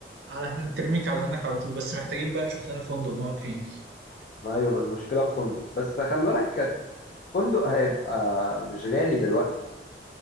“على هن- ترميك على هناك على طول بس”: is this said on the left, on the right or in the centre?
Right